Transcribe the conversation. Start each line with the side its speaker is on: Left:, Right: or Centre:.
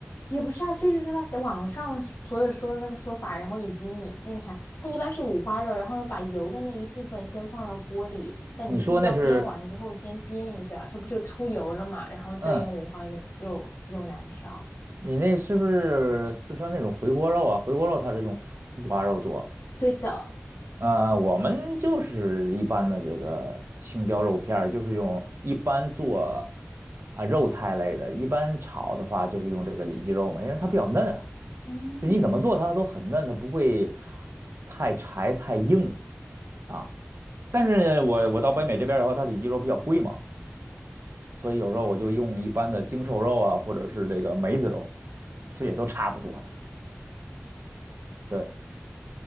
Left: 也不是啊，就是说他写网上所有说的那个说法，然后以及你那个啥，它一般是五花肉，然后呢把油的那一部分先放到锅里，在你青椒煸完之后先煸一下，
Right: 你说那是，
Left: 它不就出油了嘛，然后再用五花肉肉肉难烧。
Right: 嗯，你那是不是四川那种回锅肉啊？回锅肉它是用五花肉做，
Left: 对的，
Right: 呃，我们就是一般的这个青椒肉片儿，就是用一般做啊肉菜类的，一般炒的话就是用这个里脊肉嘛，因为它比较嫩啊，
Left: 嗯，
Right: 就你怎么做它都很嫩，它不会太柴太硬啊。但是我我到北美这边儿以后，它里脊肉比较贵嘛，所以有时候我就用一般的精瘦肉啊，或者是这个梅子肉，其实也都差不多了。对